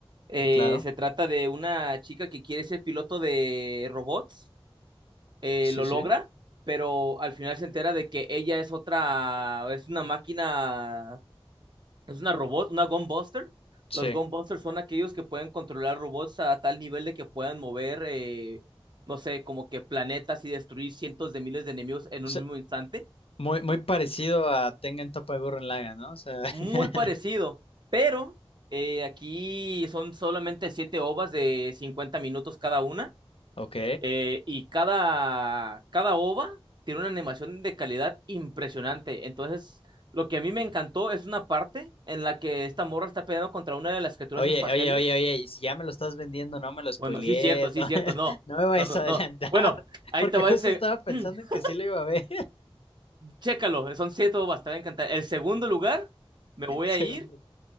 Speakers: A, on the right (about 50°); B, on the left (about 70°).
A: Eh,
B: Claro.
A: se trata de una chica que quiere ser piloto de robots. Eh,
B: Sí,
A: lo
B: sí.
A: logra pero al final se entera de que ella es otra, es una máquina Es una robot, una Gunbuster.
B: Sí.
A: Los Gunbusters son aquellos que pueden controlar robots a tal nivel de que puedan mover, eh, no sé, como que planetas y destruir cientos de miles de enemigos en
B: O
A: un
B: sea,
A: mismo instante.
B: muy, muy parecido a Tengen Toppa en Borderlands, ¿no? O sea,
A: Muy
B: <laughs>
A: parecido, pero eh, aquí son solamente siete ovas de 50 minutos cada una.
B: ok.
A: eh, y cada, cada ova tiene una animación de calidad impresionante. Entonces, lo que a mí me encantó es una parte en la que esta morra está peleando contra una de las criaturas
B: Oye,
A: espaciales
B: oye, oye, oye, si ya me lo estás vendiendo, no me lo spoilees,
A: Bueno, sí, es cierto, sí,
B: no,
A: es
B: <laughs>
A: cierto. No,
B: no me vayas
A: no, no.
B: a
A: no.
B: adelantar.
A: Bueno,
B: <laughs>
A: ahí
B: Porque
A: te va
B: justo
A: el. se-
B: estaba pensando
A: <clears throat>
B: en que sí lo iba a ver.
A: Chécalo, son siete bobas, te va a encantar. El segundo lugar, me voy
B: <laughs> Segundo.
A: a ir